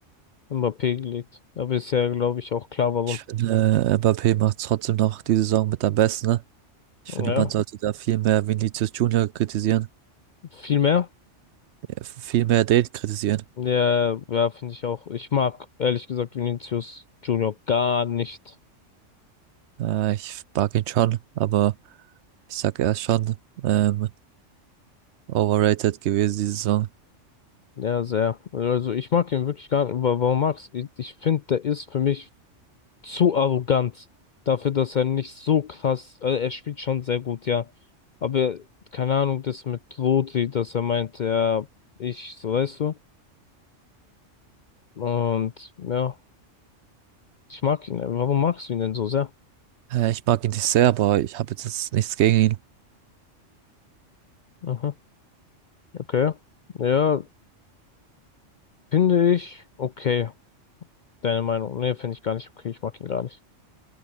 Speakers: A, on the left (about 60°); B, on the right (about 70°).
A: Mbappé gelegt. Aber ist ja, glaube ich, auch klar, warum.
B: Ich finde, äh, Mbappé macht trotzdem noch die Saison mit am besten, ne? Ich
A: Ja,
B: finde, man sollte da viel mehr Vinicius Junior kritisieren,
A: viel mehr.
B: ja, viel mehr den kritisieren.
A: Ja, ja, finde ich auch. Ich mag ehrlich gesagt Vinicius Junior gar nicht.
B: Äh, ich mag ihn schon, aber ich sag, er ist schon ähm, overrated gewesen diese Saison.
A: Ja, sehr. Also ich mag ihn wirklich gar nicht. Wa- Warum magst du? Ich, ich finde, der ist für mich zu arrogant dafür, dass er nicht so krass. Also er spielt schon sehr gut, ja. Aber keine Ahnung, das mit Rodri, dass er meint, ja, ich, so weißt du. Und ja, ich mag ihn. Warum magst du ihn denn so sehr?
B: Äh, ich mag ihn nicht sehr, aber ich habe jetzt nichts gegen ihn.
A: Aha, okay. Ja, finde ich okay. Deine Meinung? Nee, finde ich gar nicht okay. Ich mag ihn gar nicht.